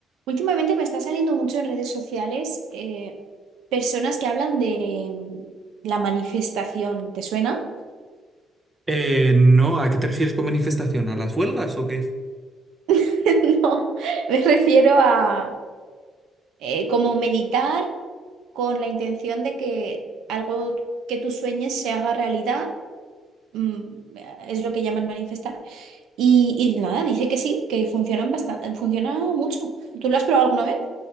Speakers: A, on the right; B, on the right.
A: Últimamente me está saliendo mucho en redes sociales eh, personas que hablan de mm, la manifestación. ¿Te suena?
B: Eh, no, ¿a qué te refieres con manifestación? ¿A las huelgas o qué?
A: <laughs> No, me refiero a eh, como meditar con la intención de que algo que tú sueñes se haga realidad. mm, Es lo que llaman manifestar. Y, y nada, dice que sí, que funcionan bastante, funciona mucho. ¿Tú lo has probado alguna vez?